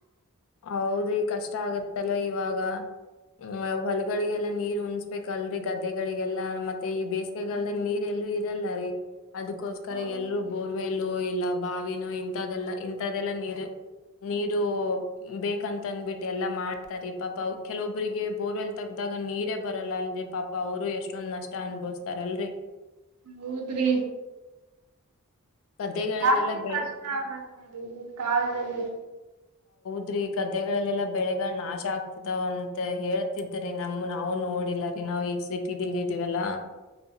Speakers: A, on the left; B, on the right.
A: ಹೌದ್ರಿ ಕಷ್ಟ ಆಗತ್ತಲ್ವ ಇವಾಗ ಹ್ಮ್ ಹೊಲಗಳಿಗೆಲ್ಲಾ ನೀರ್ ಉಣಸ್ಬೇಕಲ್ರರಿ ಗದ್ದೆಗಳಿಗೆಲ್ಲಾ ಮತ್ತೆ ಈ ಬೇಸಿಗೆಗಲ್ದ ನೀರ್ ಎಲ್ಲೂ ಇರಲ್ಲರಿ ಅದಕ್ಕೋಸ್ಕರ
B: ಹೌದ್ರಿ
A: ಎಲ್ರೂ ಬೋರ್ವೆಲ್ಲ ಇಲ್ಲ ಬಾವಿನ ಇಂತದೆೆಲ್ಲಾ ಇಂತ್ದೆಲ್ಲಾ ನೀರು ನೀರು ಬೇಕಂತ ಅಂದಬಿಟ್ಟ ಎಲ್ಲಾ ಮಾಡ್ತಾರಿ ಪಾಪ ಕೆಲವೊಬ್ರರಿಗೆ ಬೋರ್ವೆಲ್ ತಗ್ದಾಗ ನೀರೇ ಬರಲ್ಲ ಅಲ್ರರಿ ಪಾಪ ಅವರು ಎಷ್ಟೊಂದ್ ನಷ್ಟ ಅನ್ಭವಸ್ತಾರಲ್ರಿ
B: ಹೌದ್ರಿ
A: ಗದ್ದೆಗಳಲ್ಲೆಲ್ಲ
B: ಜಾಸ್ತಿ
A: ಬೆಳೆ
B: ಕಷ್ಟ ಆಗತ್ ಮ ಇಲ್ಲಿ ಕಾಲದಲ್ಲಿ
A: ಆದ್ರ ಈ ಗದ್ದೆಗಳಲ್ಲೆಲ್ಲಾ ಬೆಳೆಗ ನಾಶ ಆಗ್ತಿದಾವ ಅಂತ ಹೇಳ್ತಿದ್ರೀ ನಮ ನಾವು ನೋಡಿಲ್ಲ ರೀ ನಾವವು ಈ ಸಿಟಿದಿಲ್ ಇದೀವಲ್ಲ